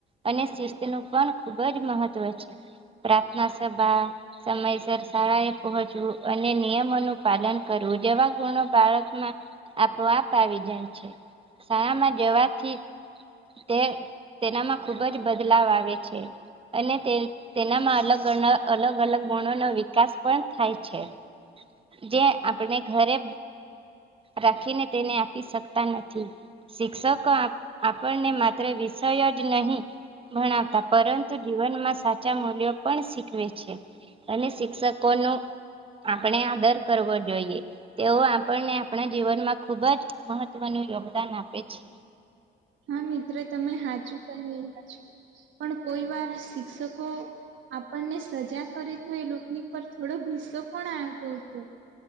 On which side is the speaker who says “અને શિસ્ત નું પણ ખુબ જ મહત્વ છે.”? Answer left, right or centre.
Right